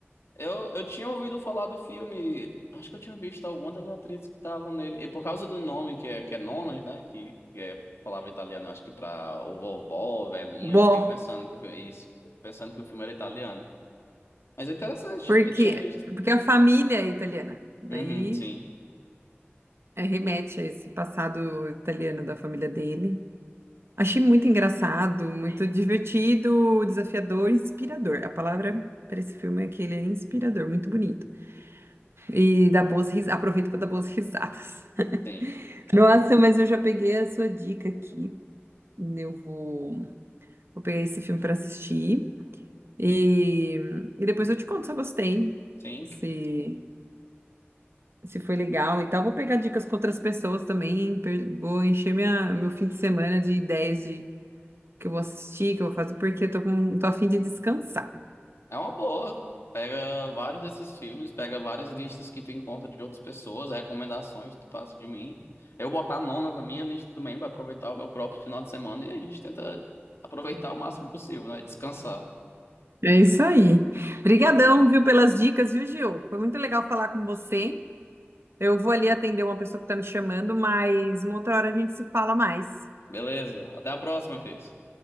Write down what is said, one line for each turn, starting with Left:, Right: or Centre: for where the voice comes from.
Left: Eu, eu tinha ouvido falar do filme, acho que eu tinha visto algumas das atrizes que estavam nele. E por causa do nome, que é, que é Nonas, né? Que, que é palavra italiana, eu acho que pra o vovó, velhinha,
Right: Bom,
Left: eu fiquei pensando que o filme, isso, pensando que o filme era italiano. Mas é interessante,
Right: porque
Left: eu tinha visto.
Right: porque a família é italiana. Daí
Left: Uhum, sim,
Right: É, remete a esse passado italiano da família dele. Achei muito engraçado, muito divertido, desafiador, inspirador. A palavra para esse filme é que ele é inspirador, muito bonito. E dá boas risadas. Aproveito para dar boas risadas. <laughs>
Left: sim,
Right: Nossa, mas eu já peguei a sua dica aqui. Eu vou, vou pegar esse filme para assistir. E, e depois eu te conto se eu gostei.
Left: sim.
Right: Se se foi legal e tal. Vou pegar dicas com outras pessoas também. per- Vou encher minha, meu fim de semana de ideias de que eu vou assistir, que eu vou fazer, porque eu tô com, tô a fim de descansar.
Left: É uma boa. Pega vários desses filmes, pega várias listas que tu encontra de outras pessoas, recomendações que tu passa de mim. Eu botar nonas na minha lista também pra aproveitar o meu próprio final de semana e a gente tenta aproveitar o máximo possível, né? Descansar.
Right: É isso aí. Obrigadão, viu, pelas dicas, viu, Gil? Foi muito legal falar com você. Eu vou ali atender uma pessoa que tá me chamando, mas uma outra hora a gente se fala mais.
Left: Beleza. Até a próxima, Cris.